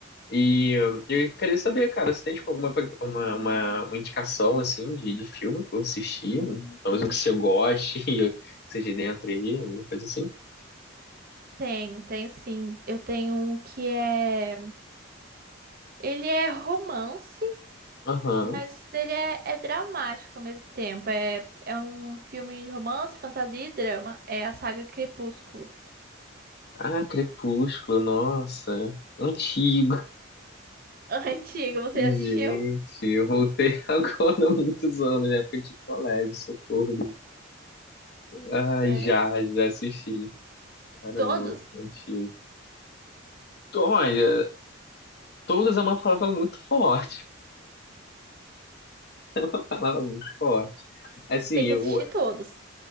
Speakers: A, on the left; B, on the right.
A: E eh, eu queria saber, cara, se tem tipo alguma pre- uma, uma, uma indicação assim de, de filme pra eu assistir, um- talvez um que você goste <laughs> e seja dentro aí, alguma coisa assim.
B: Tenho, tenho sim. Eu tenho um que é. Ele é romance,
A: Aham.
B: mas ele é, é dramático ao mesmo tempo. É, é um filme de romance, fantasia e drama. É a saga Crepúsculo.
A: Ah, Crepúsculo, nossa, antigo.
B: <laughs> Antigo, você
A: Gente,
B: assistiu?
A: eu voltei <laughs> agora há muitos anos, né? Foi de colégio, socorro. Ah,
B: É,
A: já, já assisti. Caramba,
B: todos?
A: antigo. Olha, todas é uma palavra muito forte, <laughs> uma palavra muito forte. Assim,
B: Tem que
A: eu,
B: assistir todos.